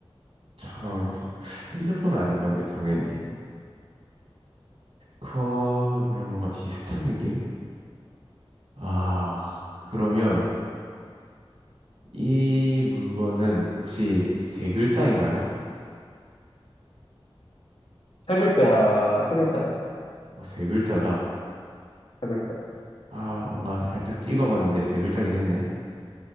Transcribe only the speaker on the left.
세 글자 세 글자야.
세 글자.